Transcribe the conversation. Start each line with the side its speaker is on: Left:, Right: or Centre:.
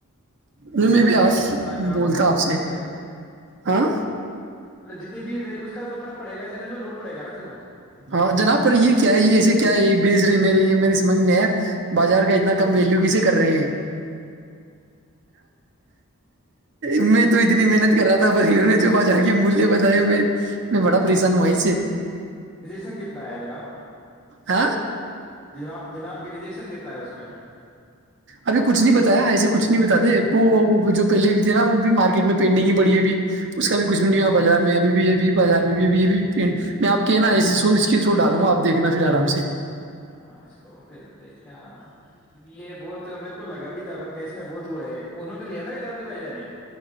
Right: نہیں
Centre: جتنی
Right: میں بھی
Centre: بھیڑ
Right: آج
Centre: اتنا کراؤڈ
Right: بولتا آپ
Centre: فرق
Right: سے
Centre: پڑے
Right: ہاں
Centre: مب جتنی بھیڑ رہ گ اس کا تورقڑے گا اسے اس میں لو پڑے گا پھر
Right: ہاں جناب پر یہ کیا یہسے کیا ہے یہ بھیج رہے ہیں میرے یہ میرے سمجھ نہیں آیا بازار کا اتنا کم ویلو کیسے کر رہے ہیں میں تو اتنی محنت کر رہا تھا پر میں جو بازار کی مولیہ بتائے میں میں بڑا پریشان ہوں وہیں سے
Centre: ین کتنا ہے جناب
Right: ہ
Centre: جناب جناب کے ریجیکشن کتنا ہے اس میں
Right: ابھی کچھ نہیں بتایا ایسے کچھ نہیں بتاتے تو جو پہلے بھی تھے نا وہ بھی مارکیٹ میں پینڈنگ ہی بڑھیی ہے بھیھی اس کا بھی کچھ بھی نہیں ہوا بازار میں اب بھی اھی بازار میں بھی یہ بھی پینٹ میں آپ کہ نا ایے سو اسکرین سو ڈال دوںا آپیکھنا پھر آرام سے
Centre: ہ اس کو پھر دیکھتے ہیں کیونکہ یہ بہت میرے کو لگ گبھی تھا بن گ اس میں بہت وہ ہے انہوں نے لیا تھا کہ جاپی بھائی جانے